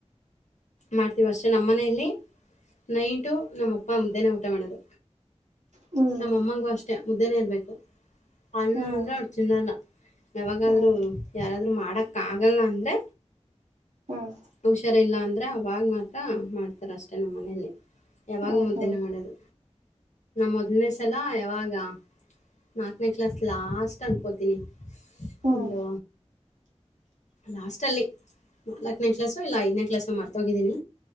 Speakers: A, on the left (about 80°); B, on the right (about 85°).
A: ಮಾಡ್ತೀವಿ ಅಷ್ಟೇ ನಮ್ಮನೆಯಲ್ಲಿ ನೈಟು ನಮ್ಮಪ್ಪ ಮುದ್ದೆನೇ ಊಟ ಮಾಡೋದು
B: ಹ್ಮ್
A: ನಮ್ಮಮ್ಮಂಗೂ ಅಷ್ಟೆ ಮುದ್ದೆನೇ ಇರಬೇಕು ಅನ್ನ
B: ಹ್ಮ್
A: ಅಂದ್ರೆ ಅವಳ್ ತ್ತಿನ್ನಲ್ಲ ಯಾವಾಗಾದ್ರೂ
B: ಹ್ಮ್
A: ಯಾರಾದ್ರರು ಮಾಡಕ್ಕ ಆಗಲ್ಲ ಅಂದ್ರೆ
B: ಹ್ಮ್
A: ಹುಷಾರ ಇಲ್ಲ ಅಂದ್ರ ಅವಾಗ ಮಾತ್ರ ಮಾಡ್ತಾರೆ ಅಷ್ಟೇ ನಮ್ಮನೆಯಲ್ಲಿ ಯಾವಾಗು
B: ಹ್ಮ್
A: ಮುದ್ದೇನೆ
B: ಹ್ಮ್ ಹ್ಮ್
A: ಮಾಡೋದು ಮೊದ್ನೇ ಸಲ ಯಾವಾಗ ನಾಕನೇ ಕ್ಲಾಸ್ ಲಾಸ್ಟ್ ಅನ್ಕೋತೀನಿ
B: ಹ್ಮ್
A: ಒಂದು ಲಾಸ್ಟ ಅಲ್ಲಿ ನಾಲ್ಕನೇ ಕ್ಲಾಸು ಇಲ್ಲ ಐದನೇ ಕ್ಲಸ್ು ಮರ್ತೋಗಿದ್ದೀನಿ